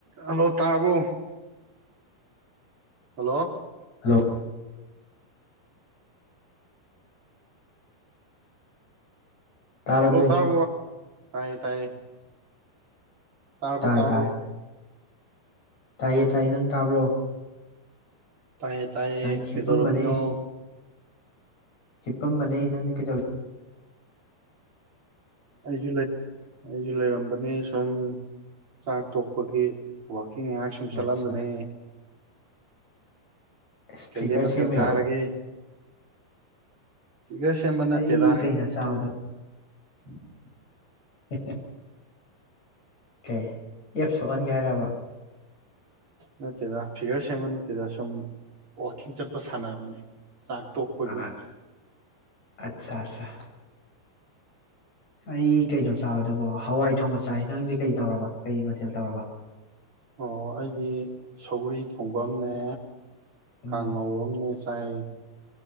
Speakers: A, on the right (about 30°); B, on the left (about 40°).
A: ꯍꯜꯂꯣ ꯇꯥꯕꯣ ꯍꯜꯂꯣ
B: ꯍꯜꯂꯣ ꯇꯥꯔꯕꯣ
A: ꯂꯣ ꯇꯥꯕꯣ ꯇꯥꯏꯌꯦ ꯇꯥꯏꯌꯦ ꯇꯥꯔꯔꯕꯣ
B: ꯇꯥꯔꯦ
A: ꯇꯥꯔꯔꯕꯣ
B: ꯇꯥꯔꯦ ꯇꯥꯏꯌꯦ ꯇꯥꯏꯌꯦ ꯅꯪ ꯇꯥꯕ꯭ꯔꯣ
A: ꯇꯥꯏꯦ ꯇꯌꯦ
B: ꯑꯩ ꯍꯤꯞꯄꯝꯕꯅꯦ
A: ꯀꯦꯗꯣꯔ ꯃꯤꯅꯣ
B: ꯍꯤꯞꯄꯝꯕꯅꯦ ꯅꯪꯗ ꯀꯩꯗꯧꯔꯤ
A: ꯑꯩꯁꯨ ꯑꯩꯁꯨ ꯂꯩꯔꯝꯕꯅꯦ ꯁꯨꯝ ꯆꯥꯛ ꯇꯣꯛꯄꯒꯤ ꯋꯥꯀꯤꯡ ꯏ ꯉꯥꯏꯍꯥꯛ ꯁꯨꯝ ꯆꯠꯂꯝꯕꯅꯦ
B: ꯑꯠꯆꯥ ꯑꯁ
A: ꯀꯩꯀꯩ
B: ꯐꯤꯒꯔ
A: ꯃꯊꯦꯜ
B: ꯁꯦꯝꯃꯤꯔꯣ
A: ꯆꯥꯔꯒꯦ ꯐꯤꯒꯔ ꯁꯦꯝꯕ ꯅꯠꯇꯦꯗ
B: ꯑꯩ ꯀꯩꯅꯣ ꯆꯥꯕꯗꯣ
A: ꯎꯝ <unintelligible>
B: <unintelligible> ꯀꯩ ꯑꯦꯞ ꯊꯣꯛꯍꯟꯒꯦ ꯍꯥꯏꯔꯕ
A: ꯅꯠꯇꯦꯗ ꯐꯤꯒꯔ ꯁꯦꯝꯕ ꯅꯠꯇꯦꯗ ꯁꯨꯝ ꯋꯥꯛꯀꯤꯡ ꯆꯠꯄ ꯁꯥꯟꯅꯕꯅꯤ ꯆꯥꯛ ꯇꯣꯛꯄꯒꯤ
B: ꯑꯠꯆꯥ ꯑꯠꯆꯥ ꯑꯠꯆꯥꯥ ꯑꯩ ꯀꯩꯅꯣ ꯆꯥꯕꯗꯨꯕꯣ ꯍꯋꯥꯏ ꯊꯣꯡꯕ ꯆꯥꯏ ꯅꯪꯗꯤ ꯀꯩ ꯇꯧꯔꯕ ꯀꯩ ꯃꯊꯦꯜ ꯇꯧꯔꯕ
A: ꯑꯣ ꯑꯩꯗꯤ ꯁꯧꯒ꯭ꯔꯤ ꯊꯣꯡꯕꯑꯃꯅꯦ
B: ꯎꯝ
A: ꯀꯥꯡꯉꯧꯝꯅꯦ ꯇꯥꯏ